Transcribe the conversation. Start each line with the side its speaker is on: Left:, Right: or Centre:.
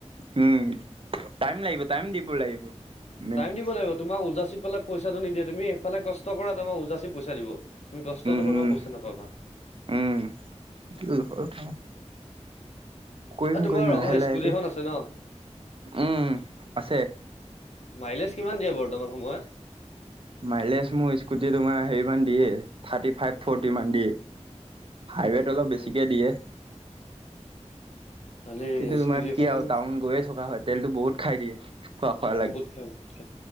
Right: উম' টাইম লাগিব, টাইম দিব লাগিব। মেইন
Left: টাইম
Right: কেছ
Left: দিব লাগিব, তোমাক ওদজাচি পেলাই পইচাটো নিদিয়ে, তুমি সেইফালে কষ্ট কৰা, তাপা উজা পইচা দিব, তুমি কষ্ট
Right: উম
Left: নকৰিবা,
Right: উম
Left: পইচা নাপাবা।
Right: উম' <unintelligible> কৰিম,
Left: এ তোমাৰ
Right: কৰিম,
Left: ৰঙা
Right: লাহে, লাহেকে,
Left: স্কুটি এখন আছে ন
Right: উম' আছে।
Left: মাইলেজ কিমান দিয়ে বৰ্তমান সময়ত?
Right: মাইলেজ মোৰ স্কুটি তোমাৰ হেৰি মান দিয়ে, থাৰ্টি ফাইভ ফৰটি মান দিয়ে। হাইৱেত অলপ
Left: উম
Right: বেছিকে দিয়ে।
Left: খালি
Right: কিন্তু তোমাৰ
Left: স্কুটিখন
Right: কি আও, টাউন গৈয়ে থকা হয়, তেলতো বহুত খাই দিয়ে। খোৱা খোৱা
Left: বহুত
Right: লাগে
Left: খাই, বহুত খাই,